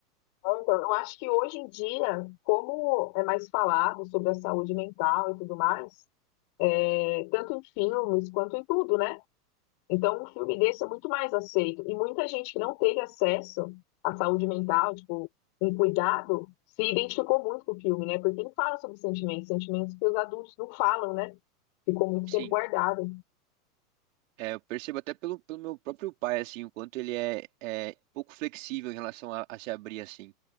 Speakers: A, on the left; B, on the right.
A: É, Então, eu acho que hoje em dia, como é mais falado sobre a saúde mental e tudo mais, é, tanto em filmes quanto em tudo, né? Então, um filme desse é muito mais aceito. E muita gente que não teve acesso à saúde mental, tipo, um cuidado, se identificou muito com o filme, né? Porque ele fala sobre sentimentos, sentimentos que os adultos não falam, né? Ficou muito
B: Sim,
A: tempo guardado.
B: é, eu percebo até pelo, pelo meu próprio pai, assim, o quanto ele é, é pouco flexível em relação a, a se abrir, assim.